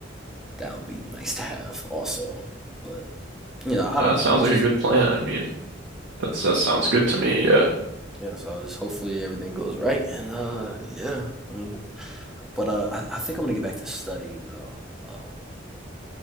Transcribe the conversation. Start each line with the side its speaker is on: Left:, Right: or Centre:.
Centre: that would be nice to have also. But you know, I
Right: Nah,
Centre: don't
Right: That
Centre: know.
Right: sounds
Centre: I'm
Right: like
Centre: just
Right: a good plan. I mean, that's that
Centre: yeah,
Right: sounds good to me. Yeah.
Centre: yeah. So I just hopefully everything goes right, and uh, yeah. I mean. But uh, I, I think I'm gonna get back to studying though. Um,